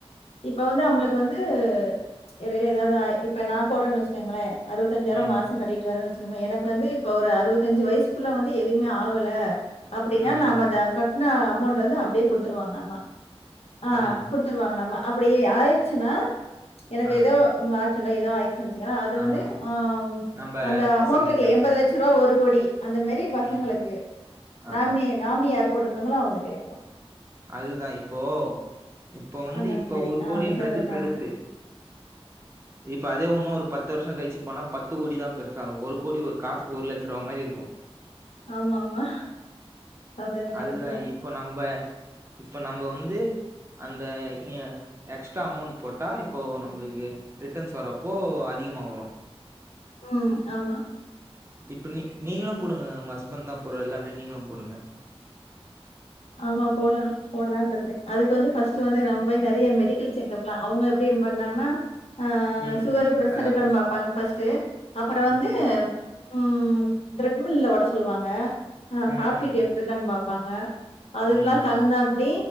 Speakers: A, on the left; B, on the right.
A: இப்ப வந்து அவுங்ளுக்கு வந்து இடையில ஏதாவது ஆயி இப்ப நா போட்றேன்னு வெச்சுக்கேங்களே அறுபத்தஞ்சாயிரம்
B: ம்
A: மாச கட்டிட்டு வரேனுவச்சிக்கம எனக்கு வந்து இப்ப ஒரு அறுவத்தஞ்சு வயசுகுள்ள வந்து எதுவுமே ஆகல அப்படின்னா
B: ம்
A: நாம
B: ம்
A: இத கட்ன அமௌண்ட் வந்து அப்டியே கொடுத் ட்ருவாங்க நம்ம ஆ
B: ஆமா
A: குடுத் துருவாங்க நம்ம அப்படியே ஆயிடுச்சுன்னா எனக்கு
B: ஆ
A: ஏதோ ம் ஆக்ஸிடன்ட் ஏதோ ஆயிட் சுன்னா வச்சுங்கன்னா அது
B: ஆமா
A: வந்து அ
B: நம்ம
A: அந்த
B: பசங்களுக்கு
A: அமௌண்ட் இருக்குல்ல
B: அந்த
A: எண்பது
B: மாரி
A: லட்சம் <unintelligible> ஒரு கோடி அந்த மேரி பசங்களுக்கு
B: ம்
A: நாமினி
B: ஆமா
A: நாமினி யாரு போட்டிருக்காங்ளோ அவங்களுக்கு கிடைக்கும்
B: அதுதா இப்போ இப்போ வந்து
A: அந்த
B: இப்ப
A: மாரி.
B: ஒரு
A: ஆ
B: கோடின்றது
A: அதுல சேர்ந்திருக்காங்கன்னு.
B: பெருசு இப்ப அதே உண்ணும் ஒரு பத்து வருஷ கழிச்சு பண்ணா பத்து கோடிதா பெருசாகும் ஒரு கோடி ஒரு காசு ஒரு லட்ச ரூபா மாரி இருக்கே
A: ஆமா ஆமா அப்படிதா
B: அதுதா
A: கரெக்ட் தா
B: இப்ப நம்ப இப்ப நம்ம வந்து அந்த இ ஆ எக்ஸ்ட்ரா அமௌண்ட் போட்டா இப்போ நம்மளுக்கு ரிட்டர்ன்ஸ் வரப்போ அதிகமா வரோ
A: அம் ஆமா
B: இப்ப நீ நீங்களூ போடுங்க உங்க ஹஸ்பண்ட் தா போறார்ல்ல அப்டியே நீங்களூ போடுங்க
A: ஆமா போடணு போட்லான்ட் இருக்கறே அதுக்கு வந்து ஃபர்ஸ்ட் ஃப்ர்ஸ்ட் வந்து நம்ம போய் நெறய மெடிக்கல் செக்கப்லா அவங்க எப்டி பண்ணாங்கன்னா ஆ
B: ம்
A: சுகரு
B: ம்
A: பிரஷர்
B: அதா
A: இருக்கான்னு
B: ஃபர்ஸ்ட்
A: பாபாங்க ஃபஸ்ட்டு அப்றோ வந்து
B: ஓகே
A: ம் த்ரெட்மில்ல ஓட சொல்லுவாங்க அ
B: ம்
A: ஹார்ட்
B: ம்
A: பீட் எப்டி இருக்கன் பாப்பாங்க அதுக்கெல்லா
B: ம் ம்
A: தகுந்தாப்படி